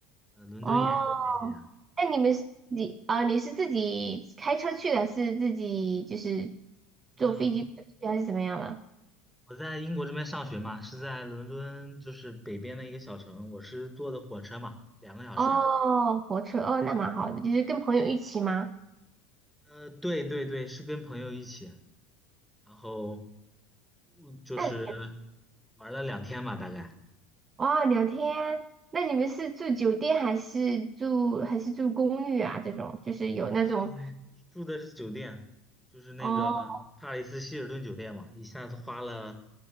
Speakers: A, in the centre; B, on the right (about 30°).
A: 呃，伦敦眼啊那些啊。
B: 哦，那你们是自己啊、你是自己开车去的，是自己就是
A: 嗯，
B: 坐飞机去还是怎么样了？
A: 我在英国这边上学嘛，是在伦敦就是北边的一个小城，我是坐的火车嘛，两个小时。
B: 哦，火车哦，那蛮好的，就是跟朋友一起吗？
A: 呃，对对对，是跟朋友一起，然后。嗯就是
B: 那你
A: 玩了两天吧，大概。
B: 哇，两天，那你们是住酒店还是住还是住公寓啊？这种就是有那种
A: 嗯，住的是酒店，就是那个帕里斯希尔顿酒店嘛，
B: 哦。
A: 一下子花了